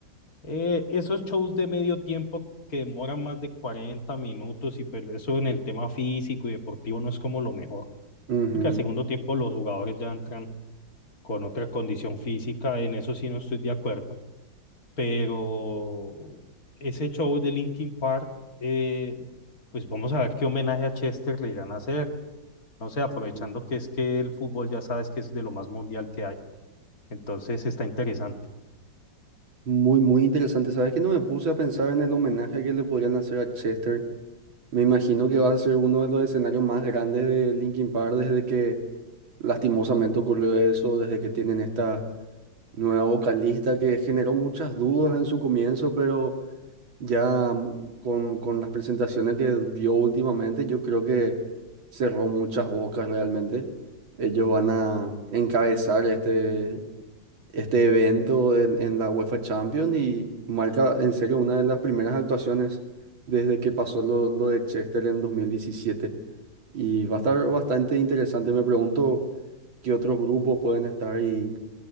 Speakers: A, on the left (about 50°); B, on the right (about 85°).
A: Eh, esos shows de medio tiempo que demoran más de cuarenta minutos y pues eso en el tema físico y deportivo no es como lo mejor,
B: ujú.
A: porque al segundo tiempo los jugadores ya entran con otra condición física, en eso sí no estoy de acuerdo, pero ese show de Linkin Park, eh, pues vamos a ver qué homenaje a Chester le irán a hacer, no sé, aprovechando
B: Mm.
A: que es que el fútbol ya sabes que es de lo más mundial que hay, entonces está interesante.
B: Muy, muy interesante. ¿Sabes que no me puse a pensar en el homenaje que le podrían hacer a Chester? Me imagino que va a ser uno de los escenarios más grandes de Linkin Park desde que lastimosamente ocurrió eso, desde que tienen esta nueva vocalista que generó muchas dudas en su comienzo, pero ya mm, con, con las presentaciones que dio últimamente, yo creo que cerró muchas bocas realmente. Ellos van a encabezar este, este evento en, en la UEFA Champions y marca en serio una de las primeras actuaciones desde que pasó lo, lo de Chester en dos mil diecisiete Y va a estar bastante interesante. Me pregunto qué otros grupos pueden estar y